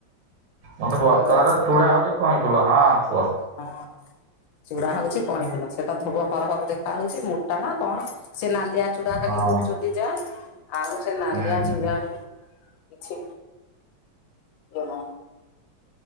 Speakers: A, on the right; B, on the left.
A: ମାନେ
B: ହ୍ୟାଲୋ
A: ବର୍ତ୍ତମାନର ଚୁଡା ହଉଛି କଇଁଫୁଲ। ହଁ କୁହ
B: ହଁ ଚୁଡା ହଉଛି କଇଁଫୁଲ, ସେଟା ଧୋବ ଫରଫର ଦେଖା ହଉଛି। ମୋଟା ନା କଣ ସେ ନାଲିଆ ଚୁଡା ଖାଲି
A: ହଁ
B: କହୁଛନ୍ତି ଯା, ଆଉ ସେ ନାଲିଆ
A: ହୁଁ
B: ଚୁଡ଼ାରେ ବି କିଛି ଜମା